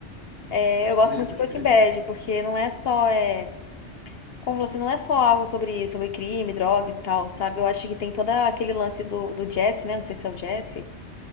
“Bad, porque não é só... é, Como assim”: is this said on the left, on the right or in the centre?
Left